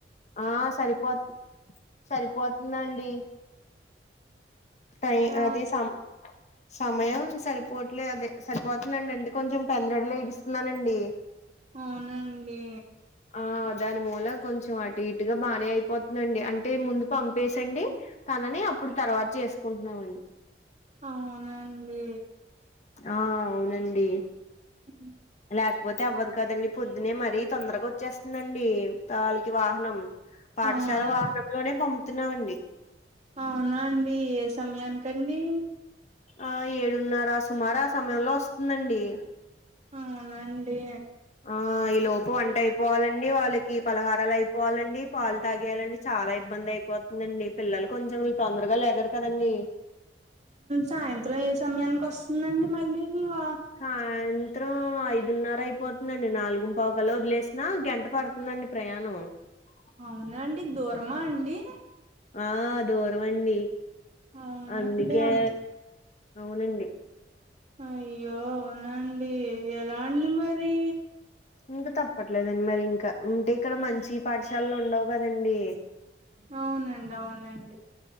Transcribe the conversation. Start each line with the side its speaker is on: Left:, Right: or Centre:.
Left: ఆ సరిపోతుం సరిపోతుందండి టై
Right: ఆ
Left: అదే సం సమయం సరిపోవట్లే అదే సరిపోతుందండి అంటే కొంచెం తొందర <unintelligible> స్తున్నానండి
Right: అవునండి
Left: ఆ దాని మూల కొంచెం అటు ఇటుగ బానే అయిపో దండి అంటే ముందు పంపేసండి తనని అప్పుడు తర్వాత చేసుకుంటున్నామండి
Right: అవునండి
Left: ఆ అవునండి
Right: ఉ
Left: లేకపోతే అవ్వదు కదండి పొద్దునే మరీ తొందరగా వచ్చేస్తుందండి వాళ్ళకి వాహనం పాఠశాల
Right: అవును
Left: వాహనంలోనే పంపుతున్నామండి
Right: అవునా అండి ఏ సమయానికండి
Left: ఆ ఏడున్నర సుమారు ఆ సమయంలో వస్తుందండి
Right: అవునండి
Left: ఆ ఈ లోపు వంట అయిపోవాలండి వాళ్ళకి పలహారాల్ అయిపోవాలండి పాలు తాగెయాలండి చాలా ఇబ్బంది అయి పోతుందండి పిల్లలు కొంచెం తొందరగ లేగరు కదండి
Right: సాయంత్రం ఏ సమయానికి వస్తుందండి మళ్ళీ మీ వా
Left: <unintelligible> <unintelligible> ఐదున్నర అయిపోతుందండి నాలుగుం పావుకల్ల వదిలేసినా గంట పడుతుందండి ప్రయాణం అ
Right: అవునా అండి దూరమా అండి
Left: ఆ దూరం అండి
Right: అవునండి
Left: అందికే
Right: అంత
Left: అవునండి
Right: అయ్యో అవున అండి ఎలా అండి మరి
Left: ఇంక తప్పట్లేదండి మరి ఇంక ఉంటే ఇక్కడ మంచి పాఠశాలలు ఉండవు కదండి
Right: అవునండి అవునండి